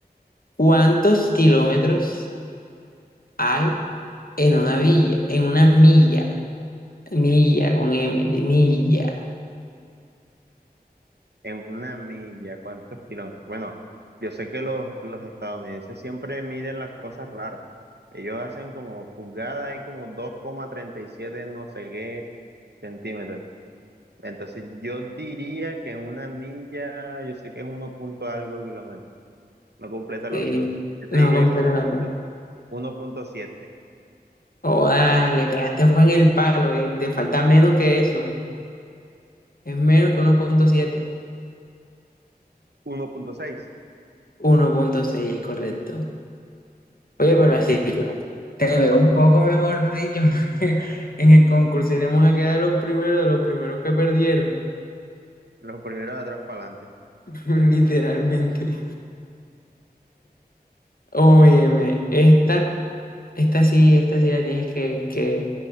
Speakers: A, on the left; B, on the right.
A: ¿cuántos kilómetros hay en una villa? En una milla, milla con M, de milla.
B: una milla, ¿cuántos kilómetros? Bueno, yo sé que los, los estadounidenses siempre miden las cosas raras. Ellos hacen como pulgadas y como dos coma treinta y siete no sé qué centímetros. Entonces yo diría que en una milla, yo sé que es uno punto algo kilómetros. No completa
A: de-
B: los dos. Yo te
A: No,
B: diría
A: completamente.
B: que uno uno uno punto punto siete,
A: Oh, dale, pegaste fue en el palo, eh, Te falta menos que eso. Es menos que uno Uno punto siete.
B: uno punto seis.
A: uno punto seis, es correcto. Oye,
B: No,
A: pero
B: ah,
A: así
B: que
A: te
B: claro.
A: veo un poco mejor dicho. <laughs> En el concurso iremos a quedar de los primeros, de los primeros que perdieron,
B: Los primeros de atrás para adelante.
A: <laughs> literalmente. Óyeme, esta, esta sí, esta sí la tienes que, que,